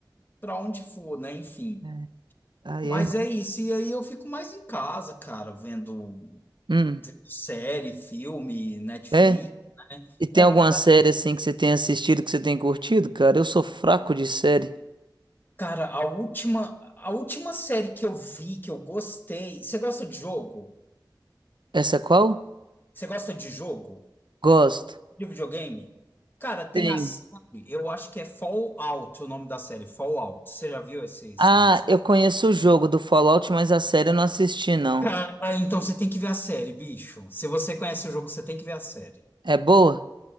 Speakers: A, on the left; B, on the right.
A: para onde for, né? Enfim.
B: É. Aí
A: Mas
B: é.
A: é isso, e aí eu fico mais em casa, cara, vendo,
B: Hum,
A: vendo série, filme, Netflix,
B: é?
A: né?
B: E tem
A: É,
B: alguma
A: na verdade,
B: série assim que você tem assistido que você tem curtido, cara? Eu sou fraco de série.
A: cara, a última, a última série que eu vi, que eu gostei. Você gosta de jogo?
B: Essa qual?
A: Você gosta de jogo?
B: Gosto.
A: De videogame? Cara, tem
B: Tenho.
A: a série, eu acho que é Fallout o nome da série, Fallout. Você já viu esse, esses-
B: Ah,
A: esse-
B: eu conheço o jogo do Fallout, mas a série eu não assisti, não.
A: Cara, então você tem que ver a série, bicho. Se você conhece o jogo, você tem que ver a série.
B: É boa?